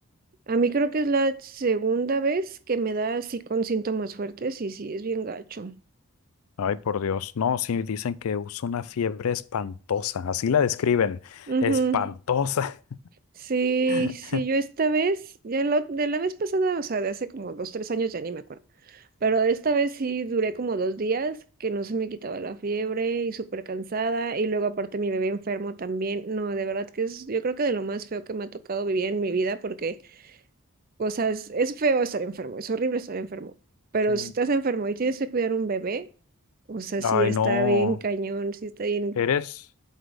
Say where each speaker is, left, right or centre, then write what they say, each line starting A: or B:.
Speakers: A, on the right; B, on the left.
A: A mí creo que es la segunda vez que me da así con síntomas fuertes y sí, es bien gacho.
B: Ay, por Dios. No, sí dicen que usa una fiebre espantosa, así la describen,
A: Ujú.
B: espantosa.
A: Sí,
B: <laughs>
A: sí, yo esta vez, ya la ot- de la vez pasada, o sea, de hace como dos, tres años ya ni me acuerdo, pero de esta vez sí duré como dos días que no se me quitaba la fiebre y súper cansada y luego aparte mi bebé enfermo también, no, de verdad que es, yo creo que de lo más feo que me ha tocado vivir en mi vida porque O sea, es, es feo estar enfermo, es horrible estar enfermo, pero
B: Sí.
A: si estás enfermo y tienes que cuidar un bebé, o sea, sí
B: Ay,
A: está
B: no.
A: bien cañón, sí está bien.
B: Eres,